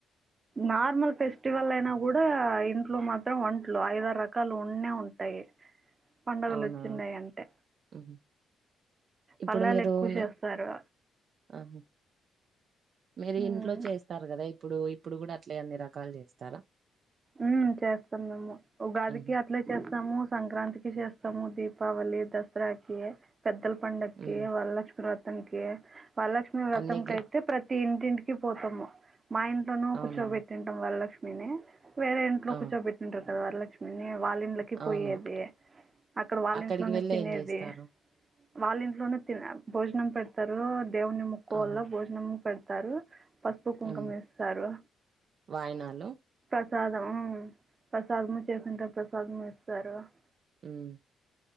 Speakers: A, on the right (about 35°); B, on the right (about 55°).
A: నార్మల్ ఫెస్టివల్ అయినా కూడా ఇంట్లో మాత్రం ఒంట్లు ఐదరు రకాలు ఉండే ఉంటాయి పండుగలు
B: అవునా?
A: వచ్చిన్నాయి అంటే
B: హుహు. ఇప్పుడు
A: పల్లాలు
B: మీరు
A: ఎక్కువ
B: ఉన్న
A: చేస్తారు
B: ఆహ మీరు
A: మ్మ్.
B: ఇంట్లో చేస్తారు కదా యి ఇప్పుడు ఇప్పుడు కూడా అట్లే ఎన్ని రకాలు చేస్తారా
A: ఉ చేస్తాం మేము ఉగాదికి
B: హుహు.
A: అట్లే చేస్తాము సంక్రాంతికి చేస్తాము దీప్ దీపావళీ దసరాకి పెద్దల పండకి
B: హ్మ్.
A: వరలక్ష్మి వ్రత -- తనికి వరలక్ష్మి వ్రతం
B: అన్ని
A: కైతే
B: గ్ర
A: ప్రతి ఇంటింటికి పోతాము మా ఇంట్లోనూ
B: అవునా?
A: కూర్చోబెట్టింటాం వల్ల నిన్నే వేరే ఇట్లో
B: ఆ!
A: కూర్చోబట్టింటారు వరలక్ష్మి వాళ్ళింట్లకి
B: అవును.
A: పోయేది అక్కడ వాళ్ళ
B: అక్కడికి
A: ఇంట్లోనే
B: వెళ్లి
A: తినేది
B: ఏం జేస్తారు?
A: వాళ్ళ ఇంట్లోనే త భోజనం పెడు తరు దేవు్ని ము కుకువల్
B: ఆహా!
A: భోజనంత స్తారు పసుపు కుంకమిస్తారు
B: హ్మ్. వాయనాలు?
A: ప్రసాదం ప్రసాద్ ముంచస్తుంట ప్ర <unintelligible> పగమిేశ్వర <unintelligible>
B: హుమ్మ్